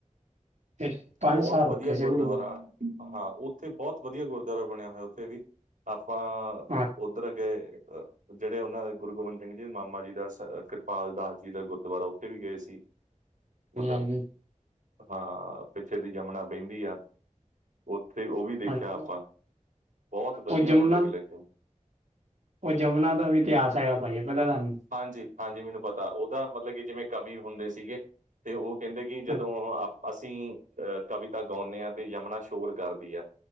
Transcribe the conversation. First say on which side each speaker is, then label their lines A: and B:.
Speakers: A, on the right; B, on the right.
A: ਤੇ ਪੰਜ
B: ਬਹੁਤ
A: ਸਾਲ ਰੁਕੇ
B: ਵਧੀਆ
A: ਸੀ
B: ਗੁਰਦੁਆਰਾ।
A: ਗੁਰੂ ਗੋ-
B: ਹਾਂ, ਉੱਥੇ ਬਹੋਤ ਵਧੀਆ ਗੁਰਦੁਆਰਾ ਬਣਿਆ ਹੋਇਆ ਉੱਥੇ ਵੀ, ਆਪਾਂ
A: ਹਾਂ।
B: ਉੱਧਰ ਗਏ ਅ ਜਿਹੜੇ ਉਹਨਾਂ ਦੇ ਗੁਰੂ ਗੋਬਿੰਦ ਸਿੰਘ ਜੀ, ਮਾਮਾ ਜੀ ਦਾ ਕਿਰਪਾਲ ਦਾਸ ਜੀ ਦਾ ਗੁਰਦੁਆਰਾ, ਉੱਥੇ ਵੀ ਗਏ ਸੀ। ਮਤਲਬ,
A: ਹਾਂਜੀ
B: ਹਾਂ ਪਿੱਛੇ ਦੀ ਜਮਨਾ ਬਹਿੰਦੀ ਐ। ਉੱਥੇ ਉਹ ਵੀ ਦੇਖਿਆ
A: ਹਾਂਜੀ
B: ਆਪਾਂ। ਬਹੁਤ ਵਧੀਆ
A: ਉਹ ਜਮੁਨਾ
B: ਮਤਲਬ ਕਿ ਲੱਗੇਆ।
A: ਉਹ ਜਮੁਨਾ ਦਾ ਵੀ ਇਤਿਹਾਸ ਹੈਗਾ ਭਾਜੀ, ਪਤਾ ਤੁਹਾਨੂੰ?
B: ਹਾਂਜੀ-ਹਾਂਜੀ ਮੈਨੂੰ ਪਤਾ, ਉਹਦਾ ਮਤਲਬ ਕਿ ਜਿਵੇਂ ਕਵੀ ਹੁੰਦੇ ਸੀਗੇ, ਤੇ ਉਹ ਕਹਿੰਦੇ ਕਿ ਜਦੋਂ
A: ਹਾਂ-
B: ਆ ਅਸੀਂ ਅਹ ਕਵਿਤਾ ਗਾਉਂਣੇ ਆ, ਤੇ ਯਮੁਨਾ ਸ਼ੋਰ ਕਰਦੀ ਏ,